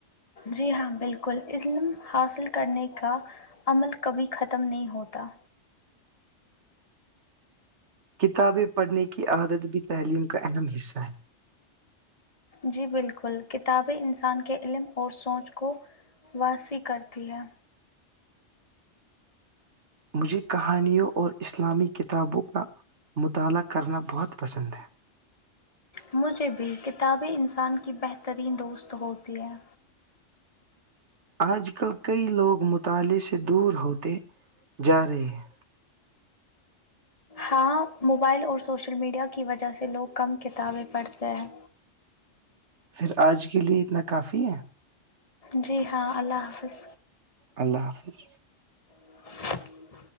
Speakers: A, on the left; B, on the right.
A: جی ہاں بالکل علم حاصل کرنے کا عمل کبھی ختم نہیں ہوتا
B: کتابیں پڑھنے کی عادت بھی تعلیم کا اہم حصہ ہے
A: جی بالکل کتابیں انسان کے علم اور سوچ کو واسی کرتی ہے
B: مجھے کہانیوں اور اسلامی کتابوں کا مطالعہ کرنا بہت پسند ہے
A: مجھے بھی کتابیں انسان کی بہترین دوست ہوتی ہے
B: آج کل کئی لوگ مطالعے سے دور ہوتے جا رہے ہیں
A: ہاں موبائل اور سوشل میڈیا کی وجہ سے لوگ کم کتابیں پڑھتے ہیں
B: پھر آج کے لیے اتنا کافی ہے
A: جی ہاں اللہ حافظ
B: اللہ حافظ
A: <inaudible>